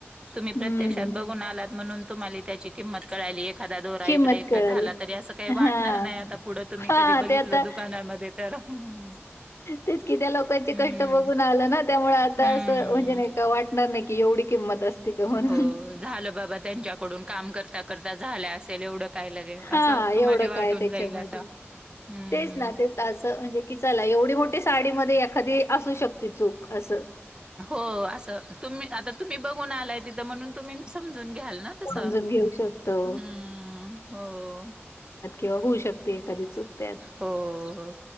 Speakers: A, on the right (about 20°); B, on the left (about 70°).
A: तुम्ही प्रत्यक्षात
B: हम्म,
A: बघून आलात, म्हणून तुम्हाला त्याची किंमत कळायली, एखादा दोरा
B: किंमत
A: इकडे- इकडं
B: कळाली.
A: झाला, तरी असं काही
B: हां,
A: वाटणार नाही, आता पुढं तुम्ही
B: हां,
A: कधी बघितलं,
B: ते आता
A: दु कानामध्ये, तर हं.
B: तेच कि त्या लोकांचे
A: हं,
B: कष्ट बघून आलं ना त्यामुळे आज आता
A: हं.
B: असं म्हणजे नाही का वाटणार नाही की एवढी किंमत असती का म्हणून
A: हो झालं बाबा त्यांच्याकडून काम करता करता झालं असेल एवढं काय ल
B: हां,
A: असं
B: एवढं
A: तुम्हाला वाटून
B: काय त्याच्यामध्ये.
A: जाईल आता हम्म!
B: तेच ना, तेच असं म्हणजे कि चला एवढी मोठी साडी मध्ये एखादी असू शकते चूक असं
A: हो असं तुम्ही आता तुम्ही बघून आलाय तिथं म्हणून तुम्ही समजून घ्याल ना! तस
B: समजून घेऊ शकतो.
A: हम्म हो.
B: किंवा होऊ शकते एखादी चूक त्यात.
A: हो